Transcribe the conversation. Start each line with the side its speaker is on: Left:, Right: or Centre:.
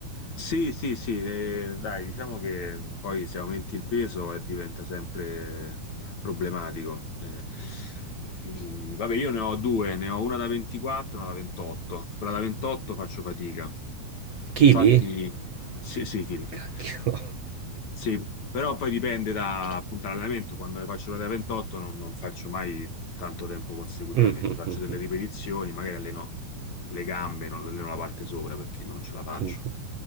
Left: Sì, sì, sì, eh, dai, diciamo che poi se aumenti il peso eh, diventa sempre problematico. Eh, mm, vabbè, io ne ho due, ne ho una da 24 e una da 28. Quella da 28 faccio fatica.
Right: Chili?
Left: Infatti, sì,
Right: C
Left: sì, chili, chili.
Right: cacchio.
Left: Sì, però poi dipende da
Right: <laughs>
Left: appunto l'allenamento. Quando le faccio ore da 28 non, non faccio mai tanto tempo consecutivamente.
Right: Mh-mh,
Left: Faccio
Right: mh-mh,
Left: delle ripetizioni, magari alleno le gambe, non alleno la parte sopra perché non ce la faccio.
Right: mh-mh.